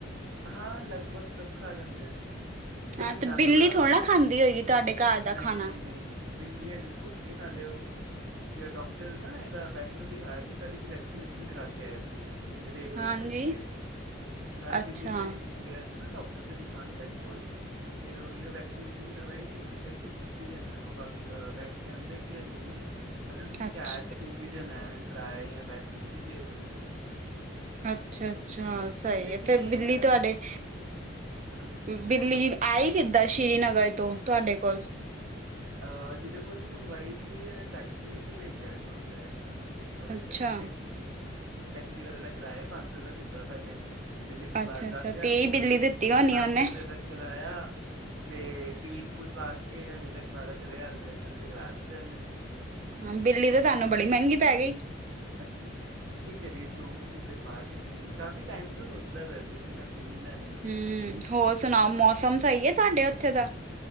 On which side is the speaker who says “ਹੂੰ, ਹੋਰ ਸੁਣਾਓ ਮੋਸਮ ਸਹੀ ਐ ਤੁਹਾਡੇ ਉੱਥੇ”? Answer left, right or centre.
Right